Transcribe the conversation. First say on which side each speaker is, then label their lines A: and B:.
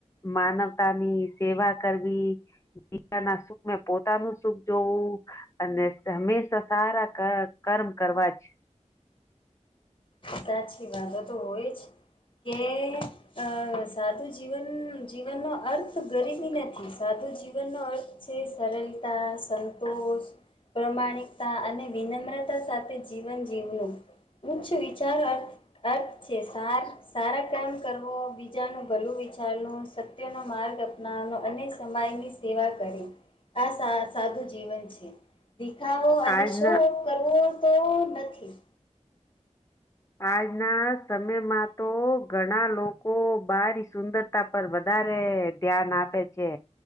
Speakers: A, on the left; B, on the left.
A: માનવતાની સેવા કરવી. બીજા ના સુખ ને પોતાનું સુખ જોવું અને હંમેશા સારા. કર્મ કરવા જ.
B: સાચી વાતો તો હોય જ કે અ સાધું જીવન. જીવનનો અર્થ ગરીબ. નથી સાધુ જીવનનોો અર્થ છે સરળતા સંતોષ. પ્રમાણિકતા અને વિનમ્રતા સાથે જીવન જીવનું ઉચ્ચ. ચારારર્થ. અર્થ છે સાર સારા કામ કરવો બીજાનું ભલું વિચારનું. નો માર્ગ અપનાવનો અને સમમાયની સેવા કરીે. આ સા સાદું જીવન છે. દેખાવો અને
A: આજના
B: શો કરવો તો નથી.
A: આજના સમયમાં તો ઘણા લોકો બારી સુંદરતા. પર વધારે ધ્યાન આપે છે.